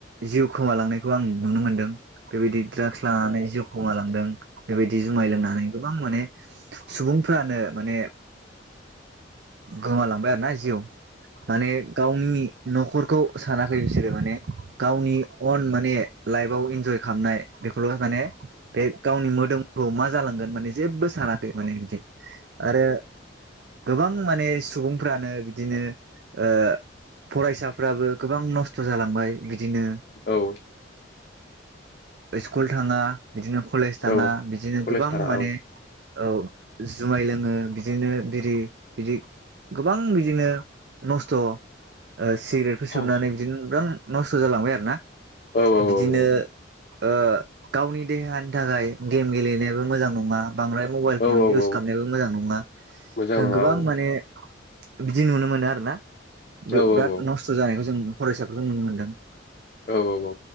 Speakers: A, on the right; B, on the left.
A: जिउ खोमालांनायखौ आं नुनो मोनदों बेबायदि द्राग्स लानानै जिउ खोमालांदों बेबायदि जुमाय लोंनानै गोबां माने सुबुंफ्रानो माने गोमालांबाय आरो ना जिउ माने गावनि न'खरखौ सानाखै बिसोरो माने गावनि अन माने लाइफआव इन्जय खालामनाय बे माने बे गावनि मोदोम औ मा जालांगोन माने जेबो सानाखै माने बिदि आरो गोबां माने सुबुंफ्रानो बिदिनो ओ फरायसाफ्राबो गोबां नस्थ' जालांबाय बिदिनो
B: औ औ
A: स्कुल थाङा बिदिनो कलेज थाङा
B: औ औ
A: बिदिनो
B: कलेज
A: गोबां
B: थाङा
A: माने
B: औ
A: औ जुमाय लोङो बिदिनो बिरि बिदि गोबां बिदिनो नस्थ' ओ सिगारेटफोर सोबनानै
B: औ
A: बिदिनो गोबां नस्थ थ जालांबाय आरो ना।
B: औ औ
A: बिदिनो
B: औ
A: ओ गावनि देहानि थाखाय गेम गेलेनायाबो मोजां नङा। बांद्राय मबाइल
B: औ
A: फन इउस
B: औ
A: खालामनायबो मोजां नङा।
B: मोजां
A: जों
B: नङा
A: गोबां
B: औ
A: माने बिदि नुनो मोनो आरो ना। बिराद
B: औ औ
A: नस्थ जानायखौ जों फरायसाखौ जों नुनो मोन्दों।
B: औ औ औ